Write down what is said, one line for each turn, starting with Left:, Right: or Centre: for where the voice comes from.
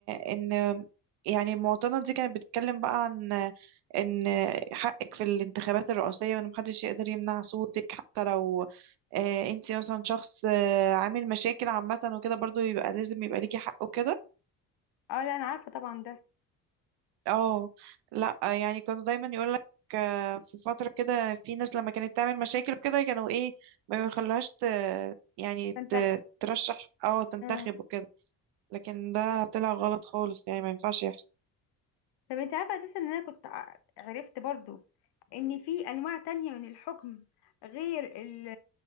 Right: ان يعني المواطنة دي كانت بتتكلم بقى عن ان حقك في الانتخابات الرئاسية وان محدش يقدر يمنع صوتك حتى لو اه انت مثلا شخص اه عامل مشاكل عامة وكده برضو يبقى لازم يبقى ليكي حق وكده
Left: اه لا انا عارفه طبعا ده
Right: اه لا يعني كانوا دايما يقولك اه في فترة كده في ناس لما كانت تعمل مشاكل وكده كانوا ايه ما يخلوهاش ت- يعني
Left: فانت
Right: ت- ترشح اه تنتخب
Left: مم.
Right: وكده لكن ده طلع غلط خالص يعني ما ينفعش يحصل
Left: طب انت عارفه اساسا ان انا كنت ع- عرفت برضو ان في انواع تانية من الحكم غير ال